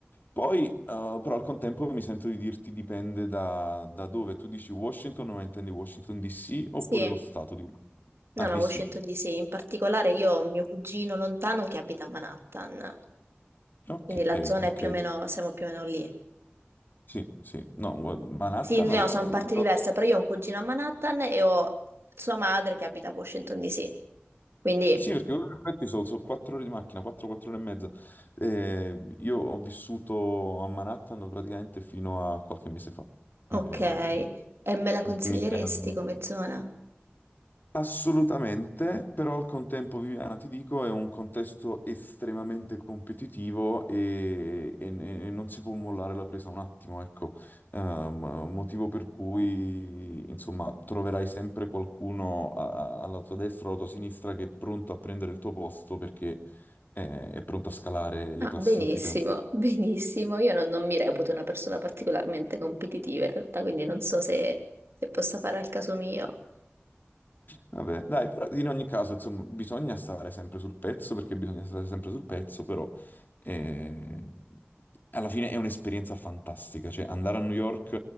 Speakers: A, on the left (about 50°); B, on the right (about 80°).
A: Poi, eh, però, al contempo mi sento di dirti dipende da, da dove. Tu dici Washington, ma intendi Washington DC oppure
B: Sì,
A: lo stato di Washington? Ah,
B: no,
A: DC.
B: no, Washington DC, in particolare io ho un mio cugino lontano che abita a Manhattan.
A: Ok,
B: Quindi la zona
A: ok.
B: è più o meno, siamo più o meno lì.
A: Sì, sì. No, Manhattan,
B: Sì, no,
A: allora...
B: no, sono parti
A: io-
B: diverse, però io ho un cugino a Manhattan e ho sua madre che abita a Washington DC. Quindi,
A: Sì, perché in effetti sono, sono 4 ore di macchina, 4-4 ore e mezza. Eh, io ho vissuto a Manhattan praticamente fino a qualche mese fa. Eh,
B: ok, e me la
A: gli
B: consiglieresti
A: ultimi tre anni.
B: come zona?
A: Assolutamente, però al contempo, Viviana, ti dico, è un contesto estremamente competitivo e, e- e non si può mollare la presa un attimo, ecco. Ehm, motivo per cui, insomma, troverai sempre qualcuno a- a- alla tua destra o alla tua sinistra che è pronto a prendere il tuo posto perché è, è pronto a scalare le
B: Ah,
A: classifiche.
B: benissimo, <laughs> benissimo. Io non, non mi reputo una persona particolarmente competitiva in realtà, quindi non so se, se posso fare al caso mio.
A: Vabbè, dai, però in ogni caso, insomma, bisogna stare sempre sul pezzo perché bisogna stare sempre sul pezzo, però eh, alla fine è un'esperienza fantastica, cioè andare a New York,